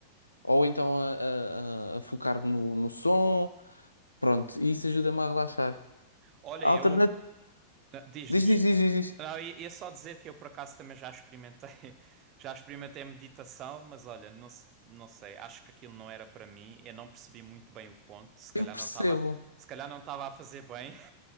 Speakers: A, on the left; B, on the right.
A: Ou então a, a, a- a focar-me no, no som, pronto, e isso ajuda-me a relaxar.
B: Olha,
A: Alternativa.
B: eu ah, diz, diz.
A: Diz, diz, diz, diz, diz.
B: Não, ia ia só dizer que eu por acaso também já experimentei, <laughs> já experimentei meditação, mas olha, não, se- não sei, acho que aquilo não era para mim. Eu não percebi muito bem o ponto. Se calhar
A: Eu percebo.
B: não estava, se calhar não estava a fazer bem. <laughs>